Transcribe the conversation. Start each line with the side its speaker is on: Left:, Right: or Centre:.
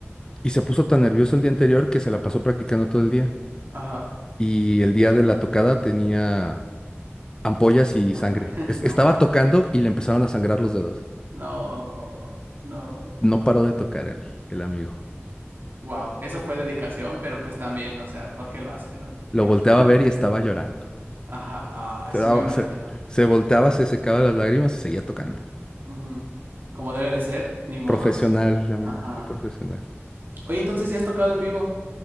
Left: Y se puso tan nervioso el día anterior que se la pasó practicando todo el día.
Right: ajá.
Left: Y el día de la tocada tenía ampollas y
Right: Ah,
Left: sangre.
Right: pues, <laughs>
Left: Es-
Right: no,
Left: estaba tocando y le empezaron a sangrar los dedos.
Right: no, no.
Left: No paró de tocar el, el amigo.
Right: Wow, eso fue dedicación, pero pues también, o sea, ¿por qué lo hace, no?
Left: Lo
Right: Digo,
Left: volteaba
Right: <laughs>
Left: a ver y estaba llorando.
Right: ajá, ah,
Left: Se
Right: sí
Left: daba-
Right: me imagino.
Left: se, se volteaba, se secaba las lágrimas y seguía tocando.
Right: Ujú. Como debe de ser, ni modos.
Left: Profesional, amigo,
Right: Ajá.
Left: muy profesional.
Right: Oye, entonces, ¿sí has tocado en vivo?